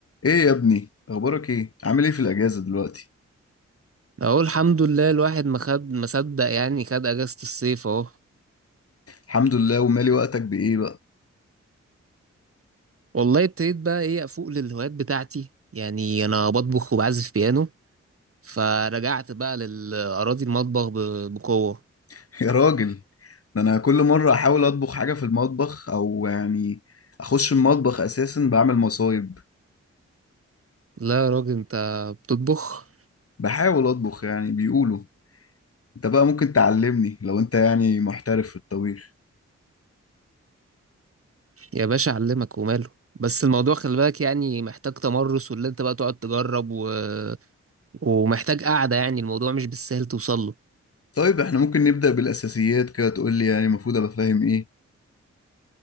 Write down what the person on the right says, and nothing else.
اقول الحمد لله الواحد ما خد ما صدق يعني خد اجازة الصيف اهو
والله ابتديت بقى ايه افوق للهوايات بتاعتي يعني انا بطبخ وبعزف بيانو فرجعت بقى للاراضي المطبخ ب- بقوة
لا يا راجل انت بتطبخ
يا باشا اعلمك وماله بس الموضوع خلي بالك يعني محتاج تمرس واللي انت بقى تقعد تجرب و... ومحتاج قعدة يعني الموضوع مش بالسهل توصل له